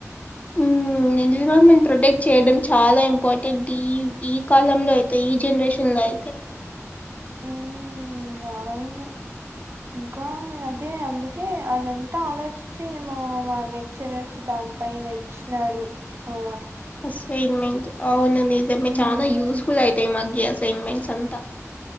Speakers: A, on the left; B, on the right.
A: మ్మ్, ఎన్విరాన్మెంట్ ప్రొటెక్ట్ చేయడం చాలా ఇంపార్టెంట్ ఈ ఈ కాలంలో అయితే ఈ జనరేషన్ లో అయితే
B: హ్ అవును ఇంకా అదే అందుకే అదంతా ఆలోచించి ఏ ఏమో మా లెక్చరర్స్ దాని పైన ఇచ్చినాడు అ
A: అసైన్మెంట్ అవును నిజమే
B: ఉమ్
A: చాలా యూస్ఫుల్ అయితాయి ఈ మధ్య అసైన్మెంట్స్ అంతా